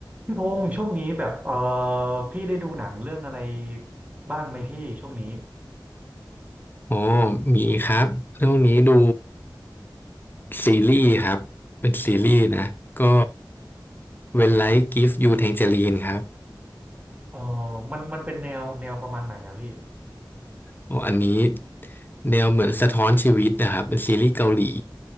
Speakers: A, on the right (about 20°); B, on the left (about 25°).
A: พี่พงษ์ช่วงนี้แบบเออพี่ได้ดูหนังเรื่องอะไรบ้างไหมพี่ช่วงนี้
B: อ๋อมีครับเรื่องนี้ดูซีรีส์ครับเป็นซีรีส์นะก็ When Life Gives You Tangerine ครับ
A: เออมันมันเป็นแนวแนวประมาณไหนอะพี่
B: โอ้อันนี้แนวเหมือนสะท้อนชีวิตนะครับเป็นซีรีส์เกาหลี